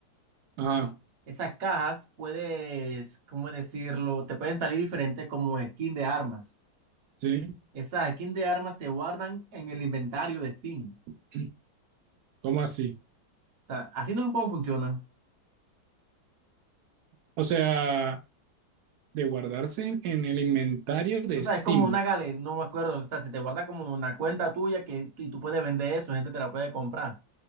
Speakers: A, on the right; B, on the right.
A: ajá,
B: Esas cajas puedes, ¿cómo decirlo? Te pueden salir diferentes como skin de armas.
A: sí.
B: Esas skins de armas se guardan en el inventario de Steam.
A: <clears throat> ¿Cómo así?
B: O sea, así no es como funciona.
A: O sea, de guardarse en, en el inventario de
B: O sea,
A: Steam.
B: es como una galería, no me acuerdo. O sea, se te guarda como una cuenta tuya que y tú puedes vender eso, gente te la puede comprar.